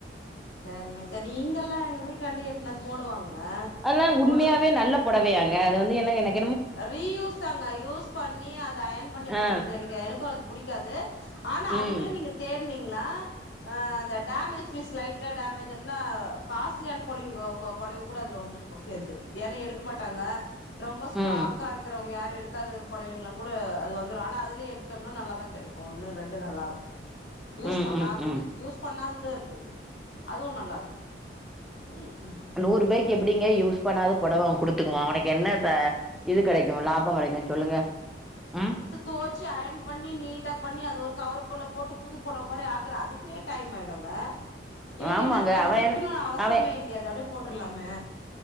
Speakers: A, on the left (about 80°); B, in the centre.
A: சரிங்க சரி இங்கெல்லா எங்க வீட்டாண்டயே எட்னு வந்து போடுவாங்க
B: அதல்லா
A: போடு
B: உண்மயாவே நல்ல பொடவையாங்க அது வந்து என்ன எனக்
A: ரீயூஸ் தாங்க யூஸ் பண்ணி அத அயன் பண்ணி குடுக்குறது
B: ஆ
A: எனக்கு எனக்கு அது புடிக்காது ஆனா
B: ம்
A: அதுலயே நீங்க தேட்னிங்னா ஆ அந்த டேமேஜ் பீஸ் லைட்டா டேமேஜ் எல்லா காஸ்லியான போலிங்க அ பொடவ கூட அதுல வந்துருக் சேந்து ஏனா எடுக்க மாட்டாங்க ரொம்ப ஸ்டாக்கா
B: ம்
A: இருக்கிறவங்க யாரு எடு க்காத பொடவைங்ளா கூட அது வந்துரு ஆனா அதுலயே எடுத்தம்னா நல்லாதா கெடைக்கு ஒன்னு ரெண்டு நல்லாருக்கு யூஸ்
B: ம் ம்
A: பண்ணாதது
B: ம்
A: யூஸ் பண்ணாதது இருக்குது அதுவு நல்லாருக்கு ம் ம்
B: நூறுபாய்க்கு எப்பிடிங்க யூஸ் பண்ணாத பொடவ அவ குடு துக்குவா அவுனுக்கு என்ன ச இது கெடைக்கு லாப கெடைக்கு சொல்லுங்க ம்
A: தோச்சி அயன் பண்ணி நீட்டாப் பண்ணி அது ஒரு கவருக்குள்ள போட்டு புது பொடவ மாரி ஆக்க அதுக்கே டைமாய்டுங்க இவுங்க
B: ஆமாங்க
A: என்னாத்துக்கு அத
B: அவ
A: விக்கணுனு அவசியமே
B: அவ
A: இல்லியே அத அப்டியே போட்ரலாமே